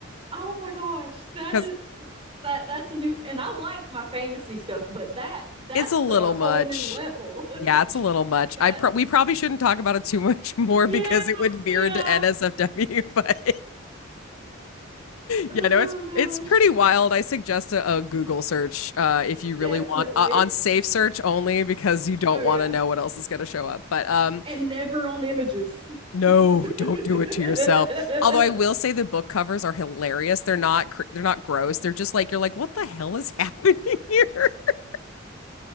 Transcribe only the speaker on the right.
Oh my gosh, that
is that that's a new and I like my fantasy stuff, but that that's
a
whole new level.
<laughs>
that
yeah,
yeah.
Oh
gosh.
Definitely.
Oh
yeah.
And never on images.
<laughs> it's